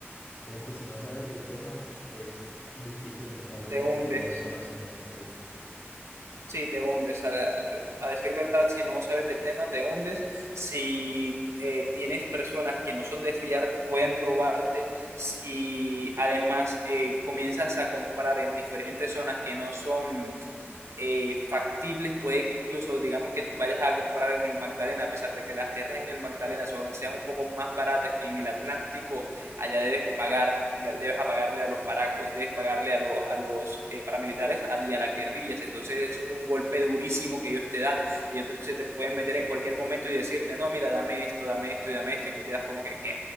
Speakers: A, on the left; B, on the right.
A: como que si no sabes del tema es difícil entrarle
B: te hunde.
A: desde el desconocimiento, sí.
B: Sí, te hundes. A, a decir verdad, si no sabes del tema, te hundes. Si eh, tienes personas que no son de fiar, pueden robarte. Si además eh, comienzas a comprar en diferentes zonas que no son eh, factibles, puede que incluso digamos que vayas a comprar en el Magdalena, a pesar de que las tierras en el Magdalena son- sean un poco más baratas que en el Atlántico allá debes pagar, le- debes apagarle a los paracos, debes pagarle a, lo- a los eh, paramilitares al- y a las guerrillas. Entonces eso es un golpe durísimo que ellos te dan. Ellos te- se te pueden meter en cualquier momento y decirte, no, mira, dame esto, dame esto y dame esto. Y tú quedas como que, ¿qué?